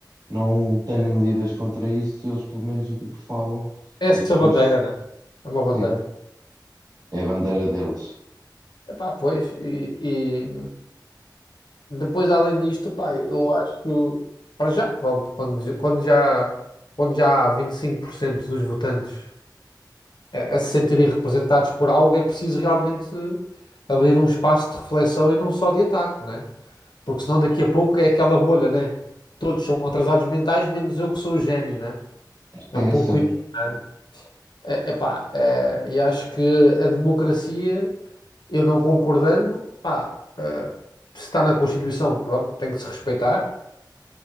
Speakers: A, on the right; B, on the left.
A: não tenha medidas contra isto, eles pelo menos o tipo falam,
B: É Essa
A: e as pessoas,
B: bandeira, né? É uma bandeira.
A: sim, é a bandeira deles.
B: Epá, pois, e, e, Depois, além disto, pá, eu acho, para já, pronto, quando, j- quando já, quando já há 25% dos votantes a, a se sentirem representados por algo, é preciso realmente abrir um espaço de reflexão e não só de ataque, né? Porque senão daqui a pouco é aquela bolha, né? Todos são atrasados mentais, menos eu que sou o gênio, né? É
A: Sim,
B: um pouco
A: sim.
B: isso, né? É, epá, é, e acho que a democracia, eu não concordando, pá, eh, se está na Constituição, pronto, tem que se respeitar.